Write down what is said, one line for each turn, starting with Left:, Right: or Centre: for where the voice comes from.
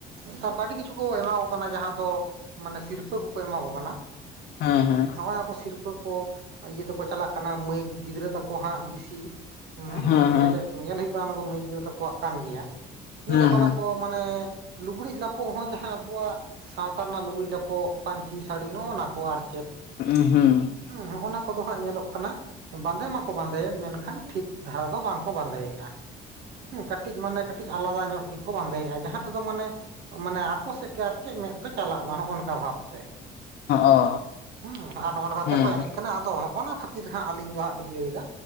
Right: ᱱᱮᱛᱟᱨ ᱫᱚ ᱟᱹᱰᱤ ᱠᱤᱪᱷᱩ ᱠᱚ ᱮᱢᱟ ᱠᱚ ᱠᱟᱱᱟ ᱡᱟᱦᱟᱸ ᱫᱚ ᱢᱟᱱᱮ ᱥᱤᱨᱯᱷᱟᱹ ᱠᱚᱠᱚ ᱮᱢᱟ ᱠᱚ ᱠᱟᱱᱟ
Left: ᱦᱮᱸ ᱦᱮᱸ ᱾
Right: ᱱᱚᱜᱼᱚᱭ ᱱᱚᱣᱟ ᱠᱚ ᱥᱤᱨᱯᱷᱟᱹ ᱠᱚ ᱤᱭᱟᱹ ᱛᱮᱠᱚ ᱪᱟᱞᱟᱜ ᱠᱟᱱᱟ ᱢᱟᱹᱭ ᱜᱤᱫᱽᱨᱟᱹ ᱛᱟᱠᱚ ᱦᱟᱸᱜ ᱵᱤᱥᱤ ᱦᱩᱸ
Left: ᱦᱮᱸ
Right: ᱥᱮ
Left: ᱦᱮᱸ
Right: ᱧᱮᱞᱧᱜ ᱧᱮᱞ ᱦᱩᱭᱩᱜ ᱠᱟᱱᱟ ᱱᱟᱣᱟ ᱫᱚ ᱢᱟᱹᱭ ᱜᱤᱫᱽᱨᱟᱹ ᱛᱟᱠᱚᱣᱟᱜ ᱠᱟᱱ ᱜᱮᱭᱟ ᱧᱮᱞᱚᱜ
Left: ᱦᱮᱸ
Right: ᱠᱟᱱᱟ
Left: ᱦᱮᱸ
Right: ᱠᱚ ᱢᱟᱱᱮ ᱞᱩᱜᱽᱲᱤᱡ ᱞᱟᱯᱚᱹᱜ ᱦᱚᱸ ᱡᱟᱦᱟᱸ ᱟᱵᱚᱣᱟᱜ ᱥᱟᱶᱛᱟ ᱨᱮᱱᱟᱜ ᱞᱩᱜᱽᱲᱤ ᱞᱟᱯᱚᱹᱜ ᱯᱟᱧᱪᱤ ᱥᱟᱹᱲᱤ ᱱᱚᱜᱼᱚ ᱱᱟᱠᱚ ᱟᱨ ᱪᱮᱫ
Left: ᱦᱩᱸ ᱾
Right: ᱦᱮᱸ ᱱᱚᱜᱱᱟ ᱠᱚᱫᱚ ᱦᱟᱸᱜ ᱧᱮᱞᱚᱜ ᱠᱟᱱᱟ ᱵᱟᱸᱫᱮ ᱢᱟᱠᱚ ᱵᱟᱸᱫᱮᱭᱮᱫ ᱢᱮᱱᱠᱷᱟᱱ ᱴᱷᱤᱠ ᱫᱷᱟᱨᱟ ᱫᱚ ᱵᱟᱝᱠᱚ ᱵᱟᱸᱫᱮᱭᱮᱫᱼᱟ, ᱦᱮᱸ ᱠᱟᱹᱴᱤᱡ ᱢᱟᱱᱮ ᱠᱟᱹᱴᱤᱡ ᱟᱞᱟᱫᱟ ᱧᱚᱜ ᱜᱮᱠᱚ ᱵᱟᱸᱫᱮᱭᱮᱜᱼᱟ ᱡᱟᱦᱟᱸ ᱛᱮᱫᱚ ᱢᱟᱱᱮ ᱢᱟᱱᱮ ᱟᱠᱚ ᱥᱮᱫ ᱜᱮ ᱟᱨ ᱪᱮᱫ ᱢᱮᱫ ᱫᱚ ᱪᱟᱞᱟᱜ ᱢᱟ ᱱᱚᱜᱼᱚ ᱱᱚᱝᱠᱟ ᱵᱷᱟᱵᱽᱛᱮ ᱾
Left: ᱚ
Right: ᱦᱩᱸ ᱟᱨ ᱱᱚᱜ-ᱚ ᱱᱚᱝᱠᱟᱛᱮ
Left: ᱦᱮᱸ
Right: ᱠᱚ ᱮᱱᱮᱡ ᱠᱟᱱᱟ ᱟᱫᱚ ᱱᱚᱜᱼᱚᱱᱟ ᱠᱷᱟᱛ ᱠᱷᱟᱹᱛᱤᱨ ᱦᱟᱸᱜ ᱟᱹᱞᱤᱧ ᱫᱚ ᱦᱟᱸᱜ ᱞᱤᱧ ᱞᱟᱹᱭᱫᱟ